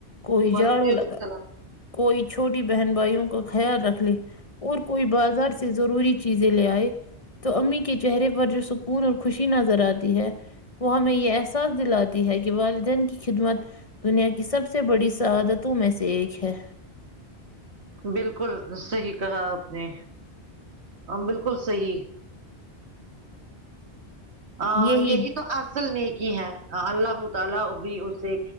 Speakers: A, on the left; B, on the right.
A: کوئی
B: وعلیکم
A: جاڑو لگا
B: السلام۔
A: کوئی چھوٹی بہن بھائیوں کا خیال رکھ لے اور کوئی بازار سے ضروری چیزیں لے آئے تو امی کے چہرے پر جو س کون اور خوشی نظر آتی ہے وہ ہمیں یہ احساس دلا تی ہے کہ والدین کی خدمت دنیا کی سب سے بڑی سعادت تو میں سے ایک ہے
B: بالکل صحیح کہا آپ نے بالکل صحیح ا
A: یہی
B: یہ ہی تو اس فل نیکی ہے اللہ تعالی بھی اسے